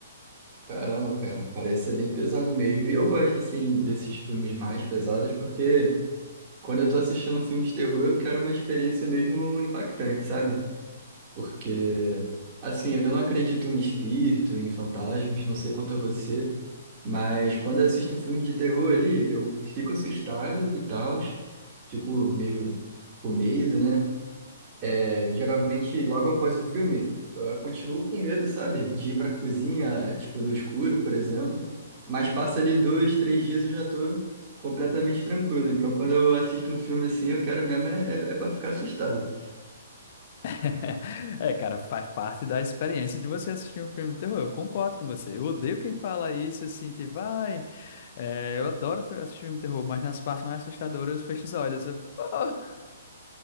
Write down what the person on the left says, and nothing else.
<laughs> É, cara, faz parte da experiência de você assistir um filme de terror. Eu concordo com você. Eu odeio quem fala isso assim, tipo, vai. É, eu adoro fe- assistir filme de terror, mas nas partes mais assustadoras eu fecho os olhos. Eu, <laughs> "Pô!"